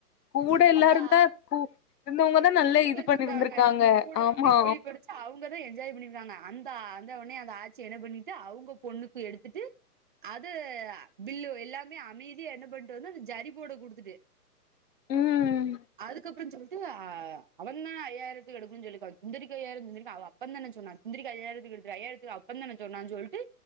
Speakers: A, on the left; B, on the right.
A: கூட எல்லாருதா
B: அதா
A: கூ இருந்தவங்கதா நல்லா
B: குழி
A: இது
B: பறிச்சிருக்காங்க
A: பண்ணிருந்திருக்காங்க
B: கூட
A: ஆமா
B: இருந்து குழி பறிச்சு அவங்கதா என்ஜாய் பண்ணிருக்காங்க அந்த அந்த உனே அந்த ஆச்சி என்ன பண்ணிட்டு அவங்க பொண்ணுக்கு எடுத்துட்டு அது பில்லு எல்லாமே அமை என்ன பண்ணிட்டு வந்த அந்த ஜரி போட குடுத்துட்டு
A: ம்
B: அதுக்கப்பற சொல் ட்டு அவன்தா ஐயாயிருக்கு எடுக்குன் சொல்லி சுந்தரிக்கு ஐயாயிர அவன் அப்ப தான சொன்னா சுந்தரிக் ஐயாயிரத்துக் எடுத்துரு ஐயாயிரத்துக்கு அப்பதான சொன்னான் சொல்ட்டு